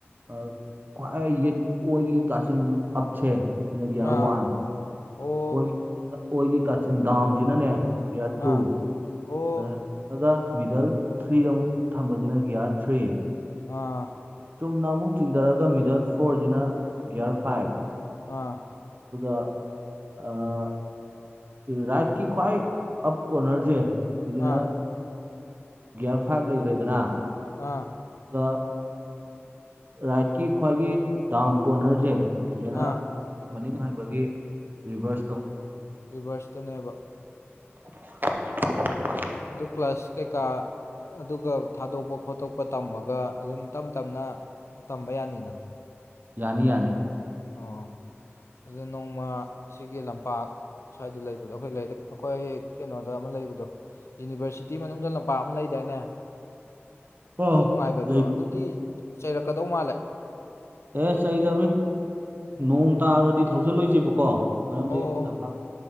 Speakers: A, on the right (about 45°); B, on the left (about 90°).
A: ꯑ ꯈ꯭ꯋꯥꯏ ꯌꯦꯠ ꯑꯣꯏꯒꯤ ꯀꯥꯆꯤꯟ ꯑꯞꯁꯦ ꯁꯤꯅ ꯒꯤ꯭ꯌꯥꯔ
B: ꯑꯥ
A: ꯋꯥꯟ
B: ꯑꯣ
A: ꯑꯣꯏ ꯑꯣꯏꯒꯤ ꯀꯥꯆꯤꯟ ꯗꯥꯎꯟꯁꯤꯅꯅꯦ ꯒ꯭ꯌꯥꯔ ꯇꯨ
B: ꯑꯥ ꯑꯣ
A: ꯑꯗ ꯑꯒ ꯃꯤꯗꯜ ꯊ꯭ꯔꯤꯗ ꯑꯃꯨꯛ ꯊꯝꯕꯁꯤꯅ ꯒ꯭ꯌꯥꯔ ꯊ꯭ꯔꯤ
B: ꯑꯥ
A: ꯆꯨꯝꯅ ꯑꯃꯨꯛ ꯆꯤꯡꯊꯔꯒ ꯃꯤꯗꯜ ꯐꯣꯔꯖꯤꯅ ꯒ꯭ꯌꯥꯔ ꯐꯥꯏꯞ
B: ꯑꯥ
A: ꯑꯗꯨꯒ ꯑꯥ ꯔꯥꯏꯠꯀꯤ ꯈ꯭ꯋꯥꯏ ꯑꯞ ꯀꯣꯅꯔꯖꯦ ꯁꯤꯖꯤꯅ
B: ꯑꯥ
A: ꯒ꯭ꯌꯥꯔ ꯐꯥꯏꯞ ꯂꯩꯒ꯭ꯔꯦꯗꯅ
B: ꯑꯥ
A: ꯒꯥ ꯔꯥꯏꯠꯀꯤ ꯈ꯭ꯋꯥꯏꯒꯤ ꯗꯥꯎꯟ ꯀꯣꯔꯅꯔꯖꯦ ꯁꯤꯗꯅ
B: ꯑꯥ
A: ꯃꯅꯤꯡ ꯍꯟꯕꯒꯤ ꯔꯤꯚ꯭ꯔꯁꯇꯣ
B: ꯔꯤꯚ꯭ꯔꯁꯇꯨꯅꯦꯕ
A: <inaudible>
B: ꯑꯗꯨ ꯀ꯭ꯂꯁ ꯀꯩꯀꯥ ꯑꯗꯨꯒ ꯊꯥꯗꯣꯛꯄ ꯈꯣꯠꯇꯣꯛꯄ ꯇꯝꯃꯒ ꯑꯗꯨꯝ ꯇꯝ ꯇꯝꯅ ꯇꯝꯕ ꯌꯥꯅꯤꯅ
A: ꯌꯥꯅꯤ ꯌꯥꯅꯤ
B: ꯑꯣ ꯑꯗꯨ ꯅꯣꯡꯃ ꯁꯤꯒꯤ ꯂꯝꯄꯥꯛ ꯁ꯭ꯋꯥꯏꯗ ꯂꯩꯕꯗꯣ ꯑꯩꯈꯣꯏ ꯂꯩꯔꯛ ꯑꯩꯈꯣꯏ ꯀꯩꯅꯣꯗ ꯑꯃ ꯂꯩꯕꯗꯣ ꯌꯨꯅꯤꯕ‍꯭ꯔꯁꯤꯇꯤ ꯃꯅꯨꯡꯗ ꯂꯝꯄꯥꯛ ꯑꯃ ꯂꯩꯗꯥꯏꯅꯦ
A: ꯑꯣ
B: ꯑꯗꯨ ꯅꯨꯡꯉꯥꯏꯒꯗ꯭ꯔꯣ
A: ꯂꯩ
B: ꯑꯗꯨꯗꯤ ꯆꯩꯔꯛꯀꯗꯧ ꯃꯥꯜꯂꯦ
A: ꯑꯦ ꯆꯩꯗꯕꯅꯤ
B: ꯎꯝ
A: ꯅꯣꯡ ꯇꯥꯔꯗꯤ ꯊꯧꯖꯤꯜꯂꯣꯏꯁꯦꯕꯀꯣ ꯃꯔꯝꯗꯤ
B: ꯑꯣ ꯑꯣ
A: ꯂꯝꯄꯥꯛ